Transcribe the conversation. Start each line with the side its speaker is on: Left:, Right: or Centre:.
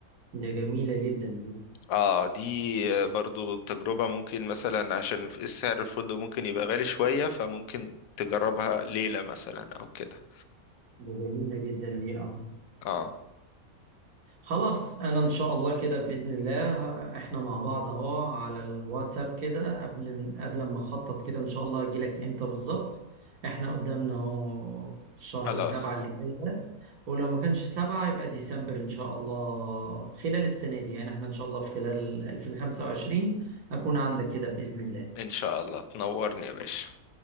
Right: ده جميلة جدا دي
Left: اه دي برضو تجربة ممكن مثلا عشان السعر الفندق ممكن يبقى غالي شوية فممكن تجربها ليلة مثلا او كده
Right: ده جميلة جدا دي اه
Left: اه
Right: خلاص انا ان شاء الله كده باذن الله احنا مع بعض اهو على الواتساب كده قبل قبل ما اخطط كده ان شاء الله اجيلك امتى بالظبط احنا قدامنا اهو في شهر
Left: خلاص
Right: سبعة اللي جاي ده ولو ما كانش سبعة يبقى ديسمبر ان شاء الله خلال السنة دي يعني احنا ان شاء الله في خلال 2025 اكون عندك كده باذن الله
Left: ان شاء الله تنورني يا باشا